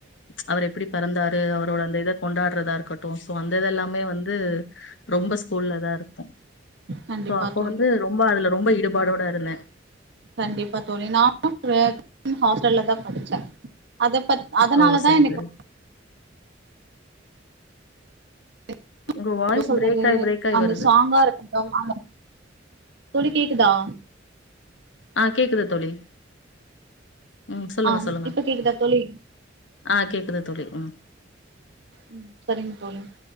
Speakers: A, on the left (about 70°); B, on the right (about 65°).
A: அவர் எப்டி பெறந்தாரு அவரோட அந்த இத கொண்டாடுறதாருக்கட்டு சோ அந்ததெல்லாமே வந்து ரொம்ப ஸ்கூல்ல தாருக்கு
B: கண்டிப்பா
A: சோ அப்ப
B: தோழி
A: வந்து ரொம்ப அதுல ரொம்ப ஈடுப் பாடோடருந்தே
B: கண்டிப்பா தோழி நானும் <unintelligible> ஹாஸ்டல்ல தான் படிச்சே அத பத் அதனாலதான்
A: ஓ! சரி,
B: எனக்கு
A: சரி.
B: <inaudible>
A: உங்க வாய்ஸ்
B: சொல்றது
A: பிரேக் ஆயி, பிரேக் ஆயி
B: அந்த
A: வருது.
B: சாங்கா இருக்கட்டும் அந்த தோழி கேக்குதா
A: ஆஹ் கேக்குது தோழி உம் சொல்லுங்க
B: ஆ
A: சொல்லுங்க
B: இப்ப கேக்குதா தோழி
A: ஆஹ் கேக்குது தோழி உம்
B: ம் சரிங்க தோழி